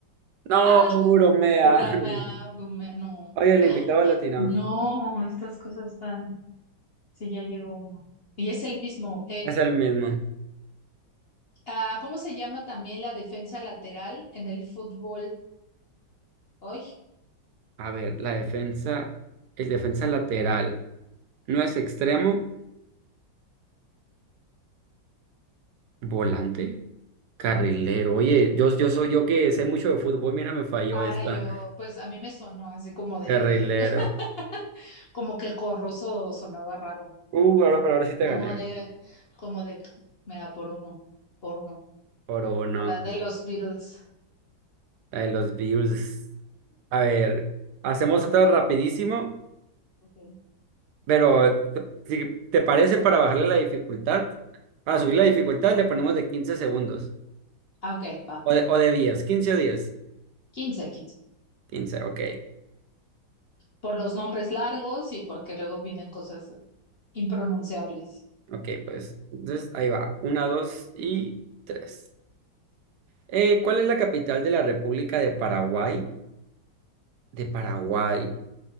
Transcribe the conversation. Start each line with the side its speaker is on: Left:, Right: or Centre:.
Right: No,
Left: Ah,
Right: bromea.
Left: Uramea,
Right: <laughs>
Left: Urumea, no,
Right: Oye, el invitado latino
Left: no, estas cosas están... Sí, ya llegó uno. Y es el mismo
Right: es el mismo.
Left: Ah, ¿cómo se llama también la defensa lateral en el fútbol hoy?
Right: A ver, la defensa, el defensa lateral, no es extremo, volante, carrilero. Oye, yo, yo soy yo que sé mucho de fútbol, mira, me falló
Left: Ah,
Right: esta.
Left: yo, pues a mí me sonó así como de,
Right: Carrilero.
Left: <laughs> como que Corroso sonaba raro,
Right: Uh, ahora, pero ahora sí te
Left: como
Right: gané.
Left: de, como de, mira, por uno, por uno,
Right: Por uno.
Left: por la de los Beatles.
Right: La de los Bills. A ver, hacemos otra rapidísimo
Left: Okay,
Right: Pero t- si te parece para bajarle la dificultad, para subir
Left: Ujú.
Right: la dificultad le ponemos de quince segundos
Left: Ah, Ok, va,
Right: o de, o de diez quince o diez
Left: 15, 15.
Right: quince ok,
Left: Por los nombres largos y porque luego vienen cosas impronunciables.
Right: ok, pues entonces ahí va, uno dos y tres. Eh, ¿cuál es la capital de la República de Paraguay? De Paraguay,